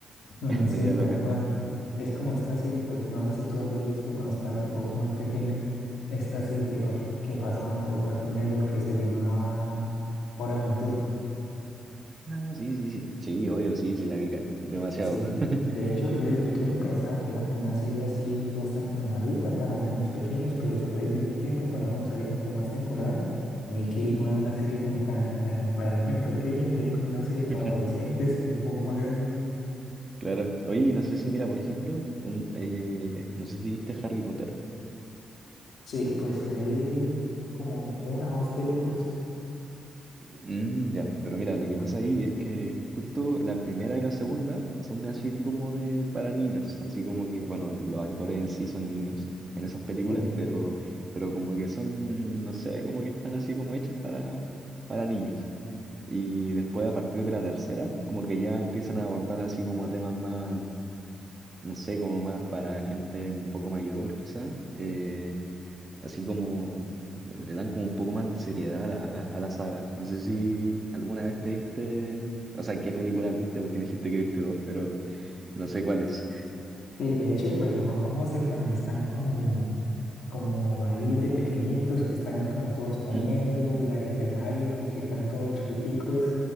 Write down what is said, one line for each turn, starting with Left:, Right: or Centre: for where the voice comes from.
Left: Mm,
Right: <laughs>
Left: Sí,
Right: media
Left: tal
Right: loca.
Left: cual. Es como esta serie, pues no sé si tú hayas visto cuando estabas un poco más pequeño, esta serie que, par- que pasaban por Cartoon Network que se llamaba Hora Aventura.
Right: Ah, sí, sí, sí, sí, obvio, sí, sí, la vi ca- demasiado.
Left: Sí,
Right: <laughs>
Left: de hecho yo de pequeño pensaba que era como una serie así bastante normalita para niños pequeños, pero después de un tiempo cuando fueron saliendo como más temporadas, vi que
Right: ¿Mm?
Left: no era una serie como tan, tan para <laughs> niños pequeños, que es como una serie
Right: <laughs>
Left: para adolescentes o un poco más grandes.
Right: Claro. Oye, no sé si, mira, por ejemplo, un, eh, no sé si viste Harry Potter.
Left: Sí, pues me vi como una o dos películas.
Right: Mm, ya, pero mira, lo que pasa ahí es que justo la primera y la segunda son así como de para niños, así como que, bueno, los actores en sí son niños en esas películas,
Left: Sí.
Right: pero, pero como que son, no sé, como que están así como hechas para, para niños. Y después a partir de la tercera, como que ya empiezan a abordar así como temas más, no sé, como más para gente un poco mayor quizá. eh, Así como le dan como un poco más de seriedad a la, a la, a la saga. No sé si alguna vez te viste, o sea, qué películas viste, porque me dijiste que viste dos, pero no sé cuáles.
Left: Sí, de hecho, pues la más famosa es cuando están como, como ahí de pequeñitos, que están ahí como todos comiendo,
Right: Mm,
Left: la de Hermione, que están todos chiquiticos,